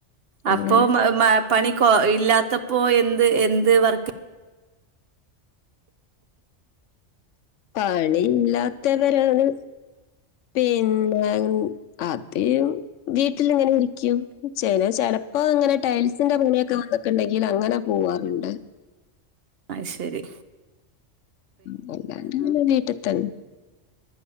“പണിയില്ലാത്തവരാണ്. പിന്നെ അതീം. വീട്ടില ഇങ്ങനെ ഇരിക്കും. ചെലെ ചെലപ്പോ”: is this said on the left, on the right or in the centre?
Left